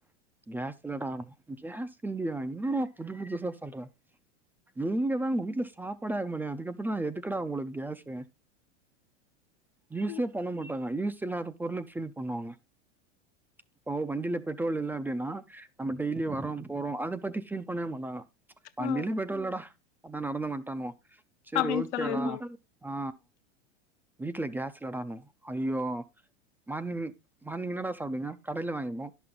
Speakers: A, in the centre; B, on the left.
A: கேஸ் இல்லடா கேஸ் இல்லையா இன்னடா புது புதுசா சொல்ற நீங்க தா உங்க வீட்ல சாப்பாடே ஆக்க மாட்டியே அதுக்கு எப்பிட்றா எதுக்கடா உங்களுக்கு கேஸு யூஸே
B: ம்.
A: பண்ண மாட்டாங்க யூஸ் இல்லாத பொருளுக்கு ஃபீல் பண்ணுவாங்க இப்போ வண்டியில பெட்ரோல் இல்ல அப்டின்னா நம்ம டெய்லி வரோ போறோ அத பத்தி ஃபீல் பண்ணவே மாட்டாங்க வண்டியில
B: அ
A: பெட்ரோல் இல்லடா அதா நடந்து வந்டேனுவா செரி
B: அப்படின்னு
A: ஓகேடா
B: சொல்லிருவாங்க.
A: ஆ வீட்டுல கேஸ் இல்லடானுவா ஐயோ மார்னிங் மார்னிங் என்னடா சாப்டுவிங்க கடையில வாங்கிப்போ